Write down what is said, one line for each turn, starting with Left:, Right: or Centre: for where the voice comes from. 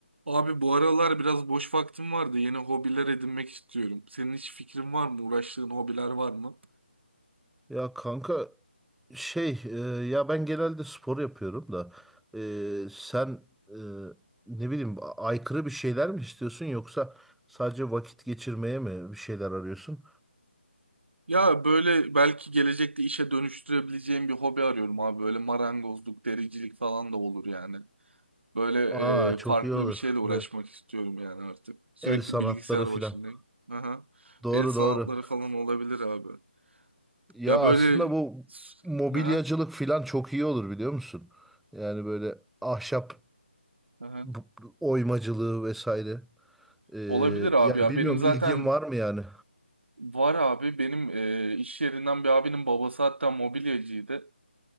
Right: Abi bu aralar biraz boş vaktim vardı. Yeni hobiler edinmek istiyorum. Senin hiç fikrin var mı? Uğraştığın hobiler var mı?
Centre: Ya kanka şey e, ya ben genelde spor yapıyorum da e, sen e, ne bileyim a- aykırı bir şeyler mi istiyorsun yoksa sadece vakit geçirmeye mi bir şeyler arıyorsun?
Right: Ya böyle belki gelecekte işe dönüştürebileceğim bir hobi arıyorum abi. Böyle marangozluk, dericilik falan da olur yani. Böyle
Centre: Aa çok
Right: e, farklı
Centre: iyi olur
Right: bir şeyle uğraşmak
Centre: ve
Right: istiyorum yani artık. Sürekli
Centre: el sanatları
Right: bilgisayar
Centre: filan.
Right: başındayım. Aha.
Centre: Doğru
Right: El sanatları
Centre: doğru.
Right: falan olabilir abi.
Centre: Ya
Right: Ya
Centre: aslında
Right: böyle...
Centre: bu mobilyacılık
Right: Aha.
Centre: filan çok iyi olur biliyor musun? Yani böyle ahşap
Right: Aha.
Centre: bu- bu- oymacılığı vesaire. E,
Right: Olabilir abi
Centre: yani
Right: ya.
Centre: bilmiyorum
Right: Benim zaten
Centre: ilgin var mı yani?
Right: Var abi benim e, iş yerinden bir abinin babası hatta mobilyacıydı.